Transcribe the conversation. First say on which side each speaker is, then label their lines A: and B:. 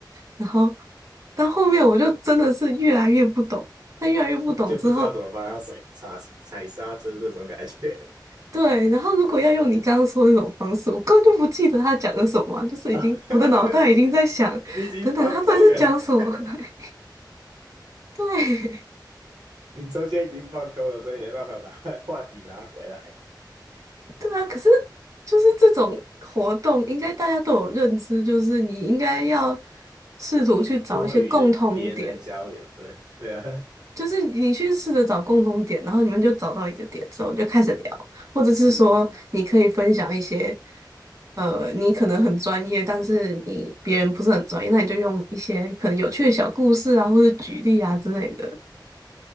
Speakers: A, on the right (about 45°); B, on the right (about 60°).
A: 然后到后面我就真的是越来越不懂，但越来越不懂之后，
B: 就不知道怎么帮他踩刹踩刹车这种感觉。
A: 对，然后如果要用你刚刚说的那种方式，我根本就不记得他讲的什么啊就是已经我的脑袋已经在想，
B: <laughs> 你已经放空了，
A: 等等，他到底在讲什么？
B: <laughs>
A: <laughs> 对。
B: 你中间已经放空了，所以没办法把话题拉回来，
A: 对啊，可是就是这种活动，应该大家都有认知，就是你应该要试图去找一些共通点，
B: 多余的别人交流，对对啊，
A: 就是你去试着找共通点，然后你们就找到一个点之后就开始聊，或者是说你可以分享一些，
B: 嗯嗯嗯，
A: 呃，你可能很专业，但是你别人不是很专业，那你就用一些可能有趣的小故事啊，或者举例啊之类的，